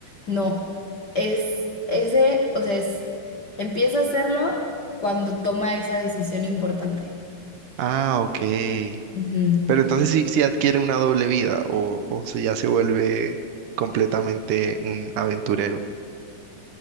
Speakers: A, on the left; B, on the right.
A: No, es ese, o sea, es, empieza a hacerlo cuando toma esa decisión importante.
B: Ah, ok.
A: Ujú.
B: Pero entonces sí, sí adquiere una doble vida o, o se, ya se vuelve completamente un aventurero.